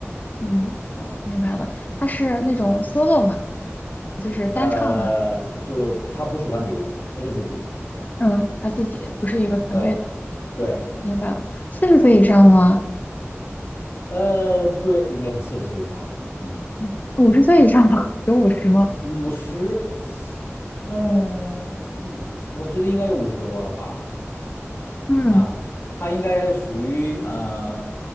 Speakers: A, on the left; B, on the left.
A: 嗯，好，明白了，他是那种 solo 吗？就是单唱吗？
B: 呃，就他不是团体，他就自己。
A: 嗯，他自己不是一个团队的，
B: 对，对，
A: 明白了。四十岁以上吗？
B: 呃，对，应该是四十岁以上了。嗯，
A: 嗯，五十岁以上吧，有五十吗？
B: 五十，嗯，我我觉得应该有五十多了吧。
A: 嗯，
B: 啊，他应该属于呃